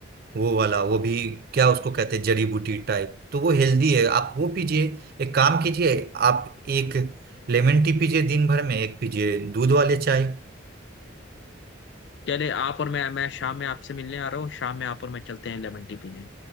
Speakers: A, on the right; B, on the left.
A: वो वाला वो भी क्या उसको कहते हैं जड़ी बूटी टाइप तो वो हेल्दी है आप वो पीजिए एक काम कीजिए आप एक लेमन टी पीजिए दिन भर में एक पीजिए दूध वाले चाय
B: चले आप और मैं मैं शाम में आपसे मिलने आ रहा हूँ शाम में आप और मैं चलते हैं लेमन टी पीने